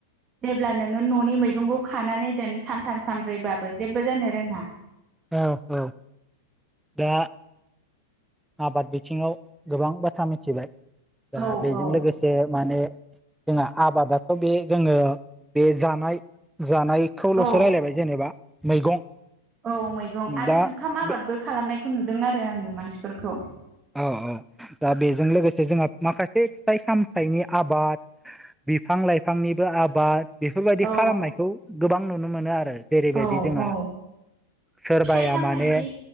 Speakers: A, on the right; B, in the centre.
A: जेब्ला नोङो न'नि मैगंखौ खानानै दोन सानथाम सानब्रैबाबो जेबो जानो रोङा
B: औ औ दा आबाद बिथिङाव गोबां बाथ्रा मिथिबाय दा
A: औ
B: बेजों
A: औ
B: लोगोसे माने जोंना आबादाथ' बे जोङो बे जानाय जानायखौल'सो
A: औ
B: राय्लायबाय जेनेबा मैगं
A: औ मैगं आरो
B: दा
A: जुखाम आबादबो
B: बे
A: खालामनायखौ नुदों आरो आङो मानसिफोरखौ
B: औ औ दा बेजों लोगोसे जोंहा माखासे फिथाइ सामथाइनि आबाद बिफां लाइफांनिबो आबाद बेफोरबायदि
A: औ
B: खालामनायखौ गोबां नुनो मोनो आरो। जेरैबायदि
A: औ
B: जोंहा
A: औ
B: सोरबाया
A: फिथाइ सामथायाइनि
B: माने